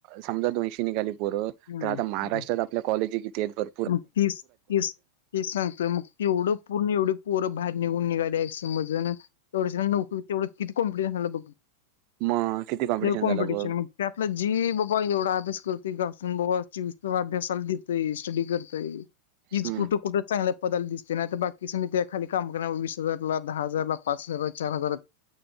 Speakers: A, on the right; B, on the left.
A: समजा दोनशी निघाली पोर
B: हम्म
A: तर आता महाराष्ट्रात
B: हम्म.
A: आपल्या कॉलेजी किती आहेत बघ.
B: मग तीस तीस तीस सांगतोय मग ती एवढं पूर्ण एवढी पोरं बाहेर निघून निघाल्या एक्समज तेवढ लोक तेवढं किती कॉम्पिटिशन झालं बघ?
A: मग किती
B: कॉम्पिटिशन
A: झालं बघ
B: म त्यातलं जी बाबा एवढा अभ्यास करते घासून बाबा चौवीस तास अभ्यासाला देतोय? स्टडी करतय हिच
A: हम्म.
B: कुठ कुठ. चांगल्या पदाला दिसते नाही तर बाकी सगळी त्या खाली काम करण्याला वीस हजारला दहा हजारला पाच हजारला चार हजार